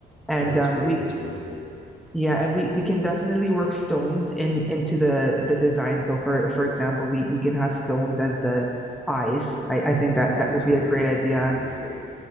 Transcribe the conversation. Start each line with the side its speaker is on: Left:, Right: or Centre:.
Centre: And
Left: Oh, that's
Centre: um,
Left: great.
Centre: we,
Left: That's wonderful.
Centre: yeah, and we we can definitely work stones in into the the design. So for for example, we we can have stones as the eyes. I I think that
Left: Oh,
Centre: that
Left: that's
Centre: would
Left: great.
Centre: be a great idea,
Left: That would be great.